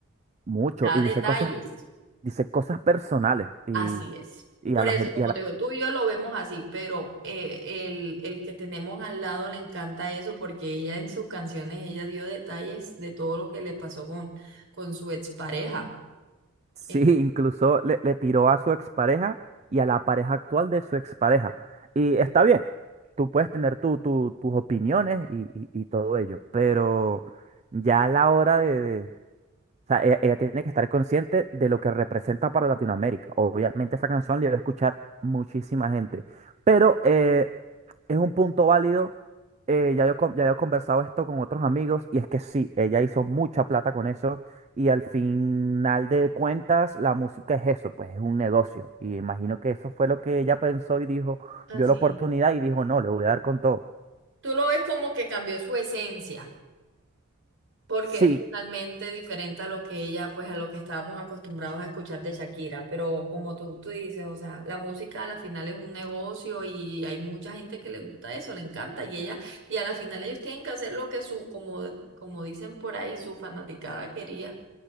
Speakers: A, on the right; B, on the right.
A: mucho.
B: da
A: Y
B: detalles.
A: dice cosas, dice cosas personales. Y,
B: Así es.
A: y
B: Por
A: a la
B: eso,
A: gente...
B: como te digo, tú y yo lo vemos así, pero eh, el, el que tenemos al lado le encanta eso porque ella en sus canciones, ella dio detalles de todo lo que le pasó con, con su expareja.
A: Sí,
B: En-
A: incluso le, le tiró a su expareja y a la pareja actual de su expareja. Y está bien, tú puedes tener tu, tu- tus opiniones y, y- y todo ello, pero ya a la hora de, de- O sea, ella, ella tiene que estar consciente de lo que representa para Latinoamérica. Obviamente esa canción la iba a escuchar muchísima gente, pero eh, es un punto válido. eh, ya yo, con- ya yo he conversado esto con otros amigos y es que sí, ella hizo mucha plata con eso y al final de cuentas la música es eso, pues es un negocio. Y imagino que eso fue lo que ella pensó y dijo,
B: Así.
A: vio la oportunidad y dijo, no, le voy a dar con todo.
B: Tú lo ves como que cambió su esencia. porque
A: Sí,
B: es totalmente diferente a lo que ella, pues a lo que estábamos acostumbrados a escuchar de Shakira, pero como tú, tú dices, o sea, la música a la final es un negocio y hay mucha gente que le gusta eso, le encanta y ella, y a la final ellos tienen que hacer lo que su, como, como dicen por ahí, su fanaticada quería